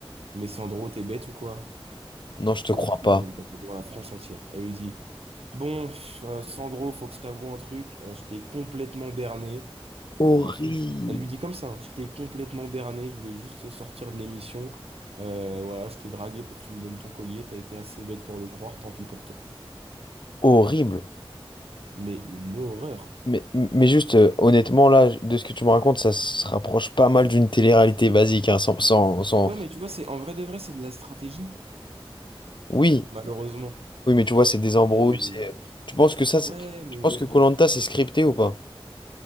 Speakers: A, on the right; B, on the left.
A: mais Sandro, t'es bête ou quoi?
B: non, je te
A: Devant
B: crois
A: tout
B: pas.
A: le monde, comme ça, devant la France entière. Elle lui dit, bon, pff, euh, Sandro, faut que je t'avoue un truc, euh, je t'ai complètement berné.
B: Horrible.
A: Euh, en fait, je- elle lui dit comme ça, hein, je t'ai complètement berné, je voulais juste sortir de l'émission. Euh, voilà, je t'ai dragué pour que tu me donnes ton collier, t'as été assez bête pour le croire, tant pis pour toi.
B: Horrible.
A: Mais une horreur.
B: Mais, mais juste, euh, honnêtement, là, de ce que tu me racontes, ça se rapproche pas mal d'une télé-réalité basique, hein, sans, sans, sans-
A: Ouais, mais tu vois, c'est en vrai de vrai, c'est de la stratégie,
B: Oui,
A: malheureusement.
B: oui, mais tu vois, c'est des embrouilles,
A: Et
B: c'est... euh, Tu penses que ça, c'est...
A: ouais, mais
B: Tu penses que koh c'est scripté ou pas?